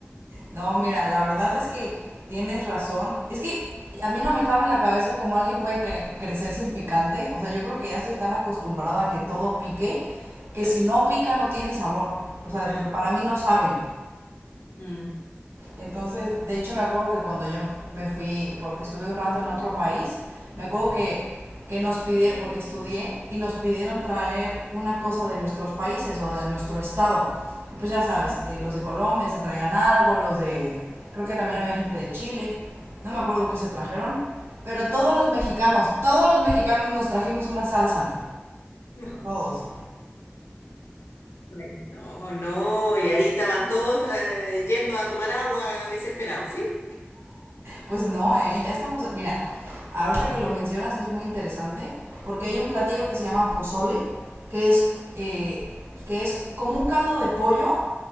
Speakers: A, on the right; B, on the left.
A: No,
B: <laughs>
A: mira, la verdad es que tienes razón. Es que a mí no me cabe en la cabeza cómo alguien puede cre- crecer sin picante. O sea, yo creo que ya estoy tan acostumbrada a que todo pique que
B: Claro.
A: si no pica no tiene sabor. O sea,
B: Ah,
A: para mí no sabe.
B: mm.
A: Entonces, de hecho me acuerdo que cuando yo me fui, por- estuve un rato en otro país, me acuerdo que, que nos pidieron, porque estudié, y nos pidieron traer una cosa de nuestros países o de nuestro estado. Y pues ya
B: Ujú,
A: sabes, eh, los de Colombia se traían algo, los de, creo que
B: mm,
A: también había gente de Chile, no me acuerdo qué se trajeron, pero
B: ujú.
A: todos los mexicanos, todos los mexicanos nos trajimos una salsa,
B: <laughs>
A: todos.
B: Bueno, No, no, y ahí estaban todos eh, yendo a tomar agua desesperados, ¿sí?
A: Pues no, ¿eh? Ya estamos... Mira, ahorita que lo mencionas es muy interesante porque hay un platillo que se llama pozole, que es, eh, que es como un caldo de pollo